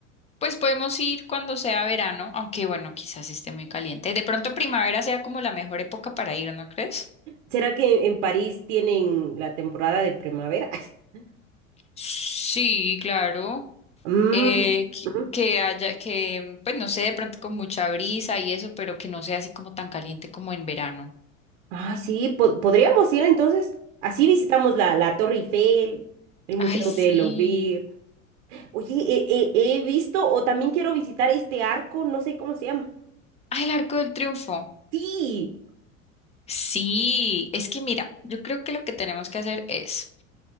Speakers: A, on the left; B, on the right.
A: Pues podemos ir cuando sea verano, aunque bueno, quizás esté muy caliente. De pronto primavera sea como la mejor época para ir, ¿no crees?
B: ¿Será que en París tienen la temporada de primavera? <laughs>
A: Sí, claro.
B: Mm,
A: eh, que
B: ujú.
A: que haya, que, pues no sé, de pronto con mucha brisa y eso, pero que no sea así como tan caliente como en verano.
B: Ay, sí, po- podríamos ir entonces. Así visitamos la, la Torre Eiffel, el Museo
A: Ay, sí.
B: de Louvre. Oye, he, he- he visto o también quiero visitar este arco, no sé cómo se llama.
A: Ay, el Arco del Triunfo.
B: Sí.
A: Sí, es que mira, yo creo que lo que tenemos que hacer es,